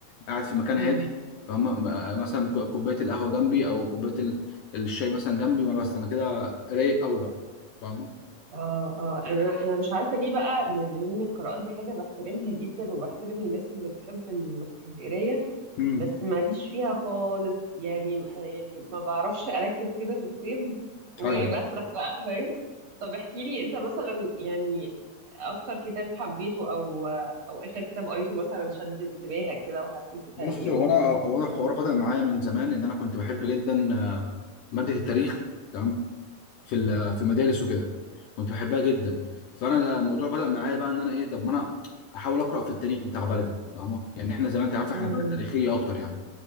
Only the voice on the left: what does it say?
قاعد في مكان
هادي فاهم م- آه، مثلا ك- كوبايه القهوه جنبي او كوبايه ال- الشاي مثلا جنبي وانا بس انا كده رايق قوي بقى فاهم
امم
ايوه
بص
هو انا هو انا الحوار بدأ معايا من زمان ان انا كنت بحب جدا آه، ماده التاريخ تمام في ال- في المدارس وكده كنت بحبها جدا فانا ده الموضوع بدأ معايا بقى ان انا ايه طب ما انا احاول اقرا في التاريخ بتاع بلدي فاهمه يعني احنا زي ما انت عارفه
احنا بلد تاريخيه اكتر يعني